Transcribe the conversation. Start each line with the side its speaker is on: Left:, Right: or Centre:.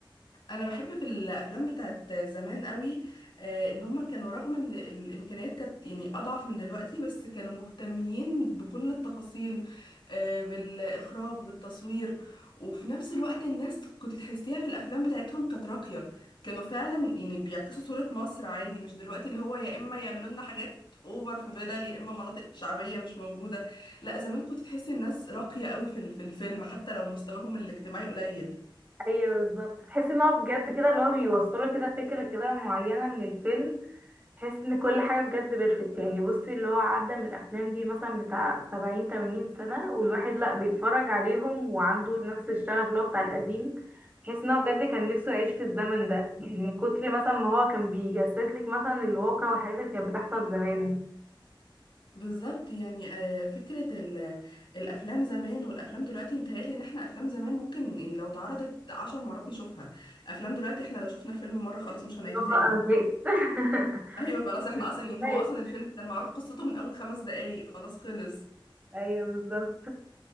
Left: انا بحب في الافلام بتاعت زمان قوي آه، ان هما كانوا رغم ان الامكانيات كانت يعني اضعف من دلوقتي بس كانوا مهتمين بكل التفاصيل آه، بالاخراج بالتصوير وفي نفس الوقت الناس كنت تحسيها في الافلام بتاعتهم كانت راقية كانوا فعلا يعني بيعكسوا صورة مصر عادي مش دلوقتي اللي هو يا اما يعملوا لنا حاجات اوفر في فيلل يا اما مناطق شعبية مش موجودة لا زمان كنت تحسي الناس راقية قوي في ال- في الفيلم حتى لو مستواهم الاجتماعي قليل
Right: ايوه بالظبط تحس ان هو بجد كده اللي هو بيوصله كده فكره كده معينه من الفيلم تحس ان كل حاجه بجد بيرفكت يعني بصي اللي هو عدى من الافلام دي مثلا بتاع سبعين تمانين سنه والواحد لا بيتفرج عليهم وعنده نفس الشغف اللي هو بتاع القديم تحس ان هو بجد كان نفسه يعيش في الزمن ده يعني من كتر مثلا ما هو كان بيجسد لك مثلا الواقع والحاجات اللي كانت بتحصل زمان
Left: بالظبط يعني آه، فكرة ال- الأفلام زمان والأفلام دلوقتي متهيألي إن احنا أفلام زمان ممكن يعني لو اتعرضت عشر مرات نشوفها أفلام دلوقتي احنا لو شفنا الفيلم مرة خلاص مش
Right: <laughs>
Left: هنعيده
Right: اللي
Left: تاني
Right: هو انا زهقت
Left: <laughs> أيوة خلاص احنا أصلا
Right: <laughs>
Left: يعني هو أصلا الفيلم كان معروف قصته من أول خمس دقايق خلاص خلص
Right: ايوه بالظبط